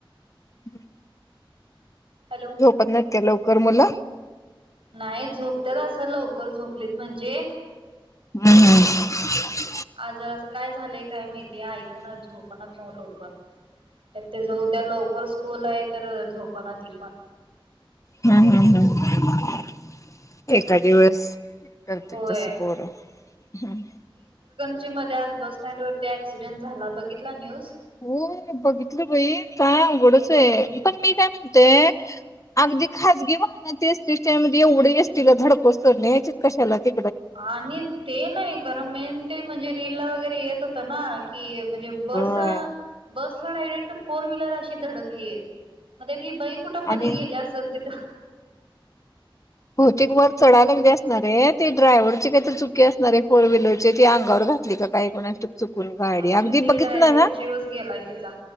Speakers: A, on the left; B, on the right.
A: हम्
B: हॅलो
A: झोपत नाहीत काय लव कर मुलं?
B: नाही झोपतात असं लवकर झोपलीत म्हणजे
A: हम्म हम्.
B: आज जरासं काय झालंय काय माहिती ऐकनात, झोपणात नव्हं लवकर. त्या ते ज उद्या लवकर स्कूल आहेत तर झोपण त पण
A: हम् हम् हम् एक दिवस करते
B: होय
A: तसं पोरं हम्
B: कोची मध्ये आज बस स्टँडवरती क्सिडेंट झाला बघितला न्यूज
A: हो बघितलं बई का उघडच
B: बघा
A: आहे
B: की
A: पण मी काय म्हणते ते अगदी खाजगी वाहनाची असतील त्या म एवढं अस तला धडको सर नाही कशाला ते
B: आणि ते नाही कार मेन ते म्हणजे रीलला वगैरे येत ना की म्हणजे बस
A: होय
B: बस रेक्ट फोर व्हीलर अशी धडकली आहे. म ती बाई कुटं
A: आणि
B: मध गेली असेल तिथं
A: भौतिक वर चढायला लागले असणारे ते ड्रायव्हरचे काही तर चुकी असणारे फोर व्हीलरचे ती अंगावर घातली का काही कोणा चु गाडी
B: काय माहिती
A: अगदी बघित
B: डायरेक्ट
A: ना ना
B: जीवच गेलाय तिचा.